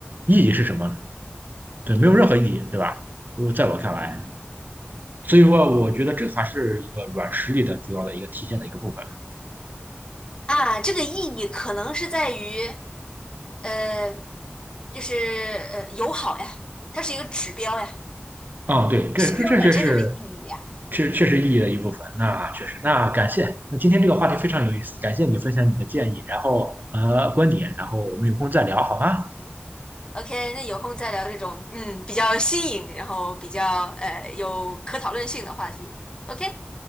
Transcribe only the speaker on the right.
意义是什么呢？对，没有任何意义，对吧？如果在我看来，所以说我觉得这还是一个软实力的主要的一个体现的一个部分。
哦，对，这这这确实，
确确实意义的一部分。那确实，那感谢。那今天这个话题非常有意思，感谢你分享你的建议，然后呃观点，然后我们有空再聊，好吗？